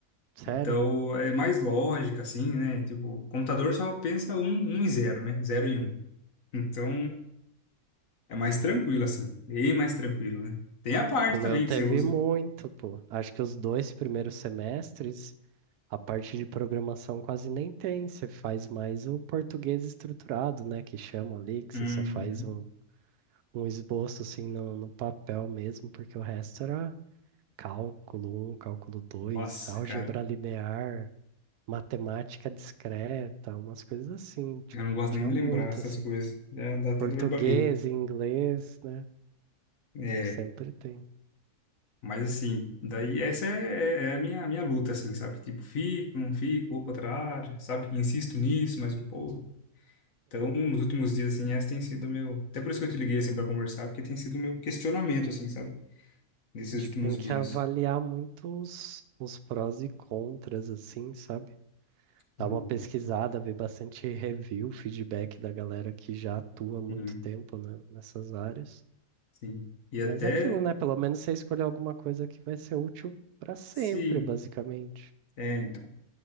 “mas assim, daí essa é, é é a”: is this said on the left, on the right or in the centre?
Left